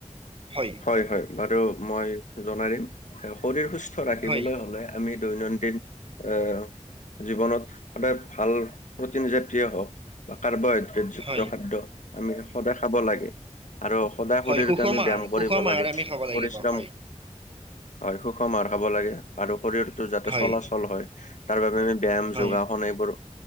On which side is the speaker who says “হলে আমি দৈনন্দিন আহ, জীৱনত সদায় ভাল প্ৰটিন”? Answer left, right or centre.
Left